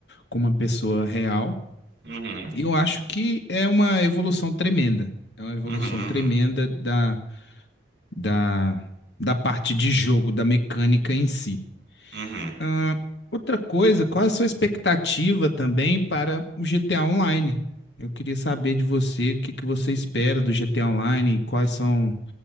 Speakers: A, on the left; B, on the right.
A: com uma pessoa real.
B: uhum,
A: E eu acho que é uma evolução tremenda. É uma evolução
B: uhum,
A: tremenda da, da, da parte de jogo, da mecânica em si.
B: uhum,
A: Ah, outra coisa, qual é a sua expectativa também para o GTA Online? Eu queria saber de você o que que você espera do GTA Online e quais são